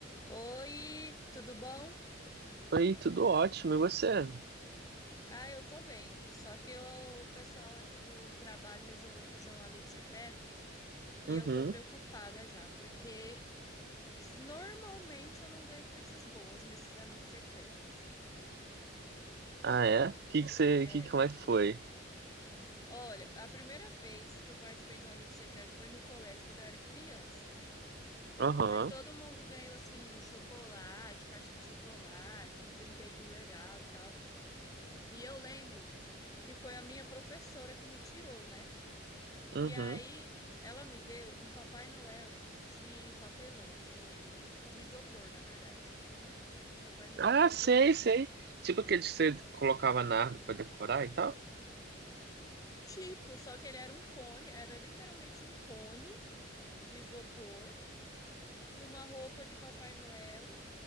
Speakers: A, on the left; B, on the right.
A: Oi, tudo bom?
B: Oi, tudo ótimo, e você?
A: Ah, eu tô bem. Só que eu- o pessoal aqui do trabalho resolveu fazer um amigo secreto e
B: Uhum.
A: eu tô preocupada já, porque normalmente eu não ganho coisas boas nesses amigos secretos.
B: Ah, é? Que que você,
A: É,
B: que, como é que foi?
A: olha, a primeira vez que eu participei de um amigo secreto foi no colégio quando eu era criança.
B: Aham.
A: Aí todo mundo ganhou assim chocolate, caixa de chocolate, uns brinquedinhos legal e tal. E eu lembro que foi a minha professora que me tirou, né?
B: Uhum.
A: E aí ela me deu um Papai Noel de papelão, de, de isopor, na verdade. O Papai Noel
B: Ah,
A: de isopor.
B: sei, sei. Tipo aquele que você colocava na árvore pra decorar e tal?
A: Tipo, só que ele era um cone, era literalmente um cone de isopor com uma roupa de Papai Noel.